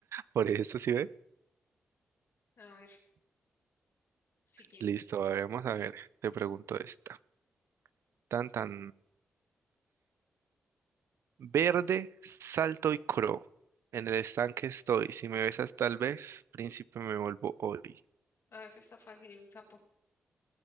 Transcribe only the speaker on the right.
Por eso sí ve.
Listo, a ver, vamos a ver. Te pregunto esta. Tan tan verde, salto y cro. En el estanque estoy. Si me besas tal vez, príncipe me vuelvo hoy.